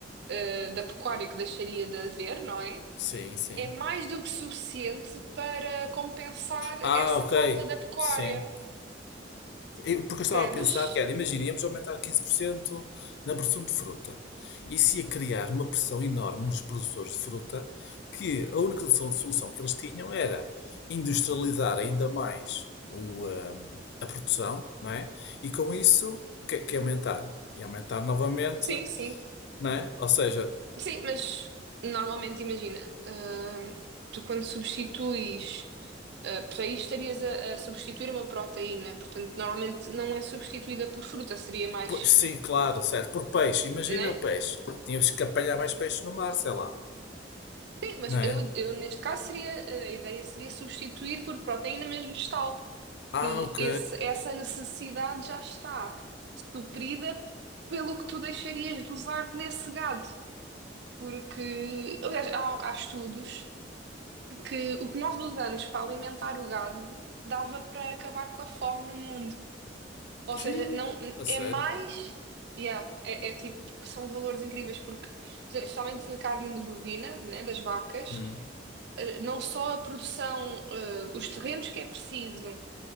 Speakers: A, on the right; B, on the left.
A: eh, da pecuária que deixaria de haver, não é?
B: Sim, sim.
A: é mais do que suficiente para compensar
B: Ah,
A: essa
B: ok.
A: falta da pecuária,
B: Sim. Eu- porque
A: percebes?
B: eu estava a pensar que era, imaginemos aumentar 15% na produção de fruta. Isso ia criar uma pressão enorme nos produtores de fruta, que a única solu- solução que eles tinham era industrializar ainda mais o, hum, a produção, não é? E com isso, o que, é- que é aumentar? E aumentar novamente,
A: Sim, sim.
B: não é? Ou seja,
A: Sim, mas normalmente imagina, hum, tu quando substituis uh, por aí estarias a, a substituir uma proteína, portanto normalmente não é substituída por fruta, seria mais,
B: po- sim, claro, certo, por peixe, imagina
A: né?
B: peixe. Tínhamos que apanhar mais peixe no mar, sei lá,
A: Sim, mas
B: não é?
A: eu, eu neste caso seria, uh, a ideia seria substituir por proteína mesmo vegetal,
B: Ah,
A: que
B: ok.
A: esse, essa necessidade já está. suprida pelo que tu deixarias de usar nesse gado. Porque, aliás, há, há estudos que o que nós usamos para alimentar o gado dava para acabar com a fome no mundo. Ou
B: Tchê,
A: seja, não,
B: a sério.
A: é mais. Yeah, é, é tipo, são valores incríveis, porque, especialmente a carne de bovina, né, das vacas,
B: Hum.
A: eh, não só a produção, eh, os terrenos que é preciso,